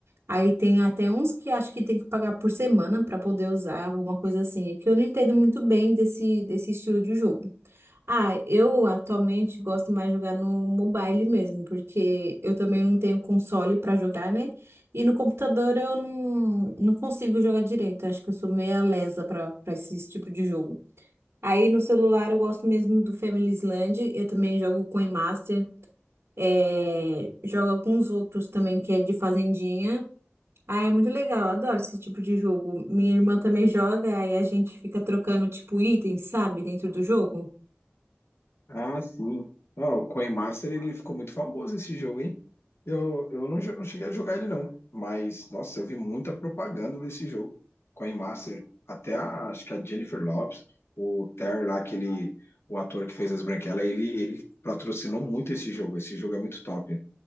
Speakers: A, on the right; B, on the left.
A: aí tem até uns que acho que tem que pagar por semana pra poder usar, alguma coisa assim, é que eu não entendo muito bem desse, desse estilo de jogo. Ah, eu atualmente gosto mais de jogar no mobile mesmo, porque eu também não tenho console pra jogar, né? E no computador eu não, não consigo jogar direito. Acho que eu sou meia lesa pra para esse tipo de jogo. Aí no celular eu gosto mesmo do Family Island, eu também jogo Coin Master, é, jogo alguns outros também que é de fazendinha. Ah, é muito legal, eu adoro esse tipo de jogo. Minha irmã também joga, aí a gente fica trocando tipo itens, sabe, dentro do jogo.
B: Ah, sim. Ah, o Coin Master ele ficou muito famoso esse jogo, hein? Eu, eu não, jo- não cheguei a jogar ele, não. Mas, nossa, eu vi muita propaganda desse jogo. Coin Master. Até a, acho que a Jennifer Lopez, o Terry lá, aquele, o ator que fez as branquelas, ele, ele patrocinou muito esse jogo. Esse jogo é muito top.